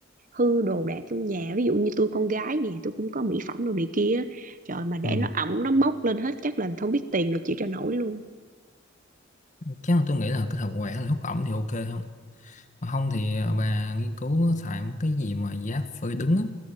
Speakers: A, on the right; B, on the left.
A: hư đồ đạc trong nhà ví dụ như tôi con gái nè tôi cũng có mỹ phẩm đồ này kia á. trời mà để
B: ừ.
A: nó ẩm nó mốc lên hết chắc là không biết tiền rồi chịu cho nổi luôn
B: Chắc là tôi nghĩ là cái hợp quẹt là hút ẩm thì ok không? Mà không thì à, bà nghiên cứu xài một cái gì mà giá phơi đứng á,